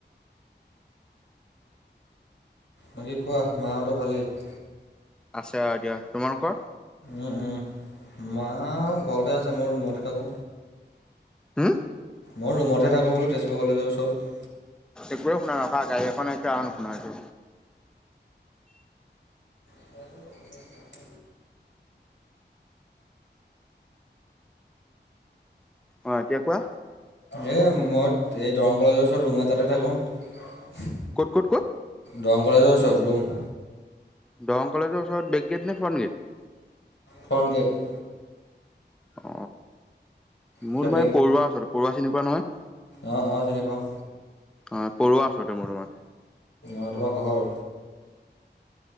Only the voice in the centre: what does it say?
আছে আৰু দিয়া তোমালোকৰ
হুম
একোৱেই শুনাই ৰখা গাড়ী এখন আহিছে আৰু নুহুনা হৈছো
অ এতিয়া কোৱা
কত কত কত
দৰং কলেজৰ ওচৰত ব্ৰেক গেট নে ফ্ৰোন গেট
অ
মোৰ তোমাৰ পৰুৱা ওচৰত পৰুৱা চিনি পোৱা নহয়
অ পৰুৱা ওচৰতে মোৰ তোমাৰ